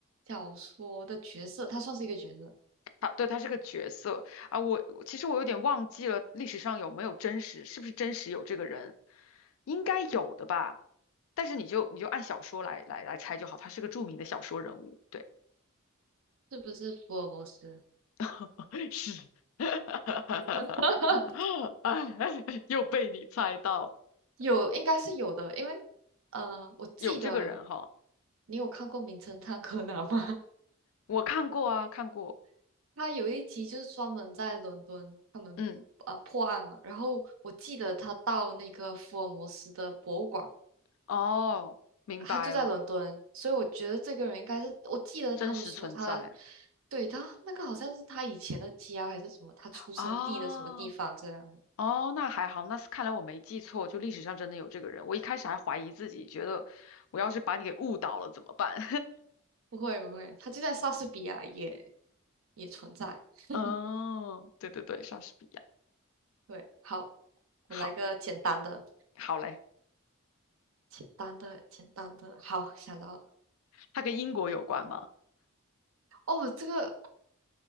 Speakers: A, on the right; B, on the left.
A: 小说的角色，他算是一个角色，
B: 他对他是个角色啊，我我其实我有点忘记了历史上有没有真实，是不是真实有这个人，应该有的吧。但是你就你就按小说来来来猜就好，他是个著名的小说人物，对，
A: 是不是福尔摩斯？
B: <laughs> 是，<laughs>
A: <laughs>
B: 哎又被你猜到，
A: 有，应该是有的，因为呃，我记得
B: 有这个人哈，
A: 你有看过《名侦探柯南》吗？
B: 我看过啊，看过，
A: <laughs> 他有一集就是专门在伦敦，他们呃破案嘛，
B: 嗯，
A: 然后我记得他到那个福尔摩斯的博物馆，
B: 哦，明白了，
A: 他就在伦敦，所以我觉得这个人应该是，我记得他们说他，
B: 真实存在
A: 对，他那个好像是他以前的家还是什么，他出生地的什么地方这样的。
B: 啊。哦，那还好，那是看来我没记错，就历史上真的有这个人。我一开始还怀疑自己，觉得我要是把你给误导了怎么办？
A: 不会不会，他就在莎士比亚也也存在。
B: <laughs>
A: <laughs>
B: 哦，对对对，莎士比亚。
A: 对，好，
B: 好，
A: 我来个简单的，
B: 好嘞，
A: 简单的，简单的。好，想到了，
B: 他跟英国有关吗？
A: 哦，这个